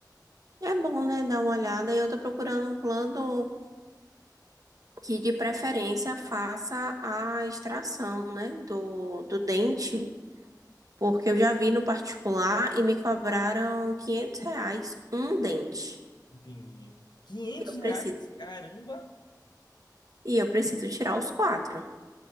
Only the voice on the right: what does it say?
é bom, né, dar uma olhada. E Eu tô procurando um plano que de preferência faça a extração, né, do, do dente, porque eu já vi no particular e me cobraram 500 reais um dente.
Eu
preciso.
E eu preciso tirar os quatro.